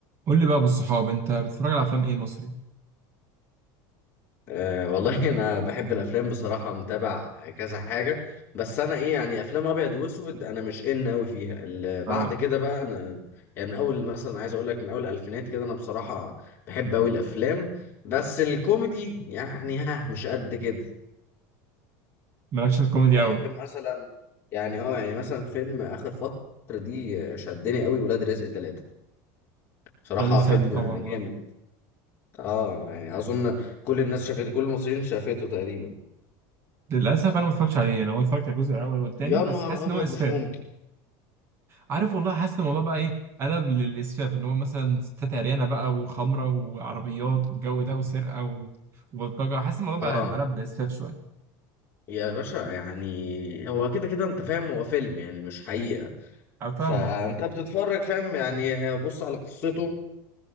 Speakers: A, on the right; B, on the left.
A: قول لي بقى بالصحاب انت بتتفرج على افلام ايه مصري
B: أه والله <laughs> انا بحب الافلام بصراحه متابع كذا حاجه بس انا ايه يعني افلام ابيض واسود انا مش ان قوي فيها ال- بعد
A: اه
B: كده بقى انا يعني من اول مثلا عايز اقول لك من اول الالفينات كده انا بصراحه بحب قوي الافلام بس الكوميدي يعني ها مش قد كده
A: مالكش في الكوميدي
B: بحب
A: قوي
B: مثلا يعني اه يعني مثلا فيلم اخر فتره دي شدني قوي ولاد رزق ثلاثة بصراحه
A: راجل سات
B: فيلم
A: طبعا
B: جامد
A: اه
B: اه يعني اظن كل الناس شافته كل المصريين شافته تقريبا
A: للاسف انا ما اتفرجتش عليه انا هو اتفرجت على الجزء الاول والثاني
B: يا نهار
A: بس حاسس
B: ابيض
A: ان هو اسفاف
B: مش ممكن
A: عارف والله حاسس ان الموضوع بقى ايه قلب للاسفاف ان هو مثلا ستات عريانه بقى وخمره وعربيات والجو ده وسرقه و- وبلطجه حاسس الموضوع بقى
B: اه
A: قلب لاسفاف شويه
B: يا باشا يعني هو كده كده انت فاهم هو فيلم يعني مش حقيقة
A: انا فاهمك
B: فانت بتتفرج فاهم يعني بص على قصته